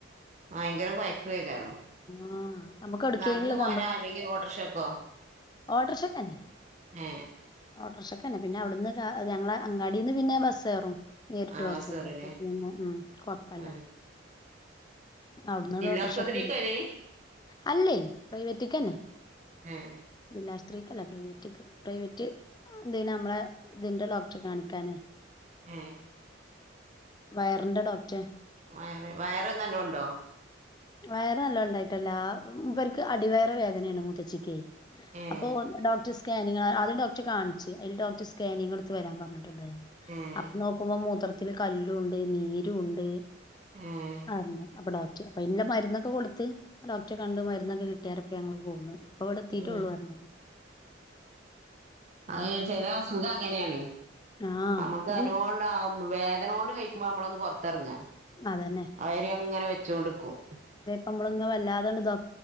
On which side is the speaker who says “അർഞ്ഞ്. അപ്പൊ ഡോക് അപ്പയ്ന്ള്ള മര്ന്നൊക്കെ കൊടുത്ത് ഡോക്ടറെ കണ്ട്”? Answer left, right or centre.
Left